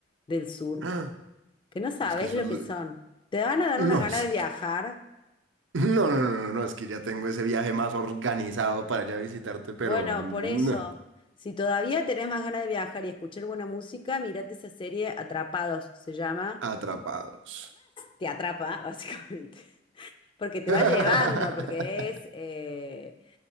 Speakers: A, on the left; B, on the right.
A: del sur,
B: Ah,
A: que no sabes
B: Es que eso
A: lo
B: es lo-
A: que son. Te van a dar unas
B: No,
A: ganas
B: es
A: de viajar.
B: que... No, no, no, no, no, es que ya tengo ese viaje más organizado para allá visitarte, pero
A: Bueno,
B: no.
A: por eso. Si todavía tenés más ganas de viajar y escuchar buena música, mirate esa serie Atrapados, se llama.
B: Atrapados.
A: te atrapa, <laughs> básicamente, porque te
B: <laughs>
A: va llevando, porque es eh,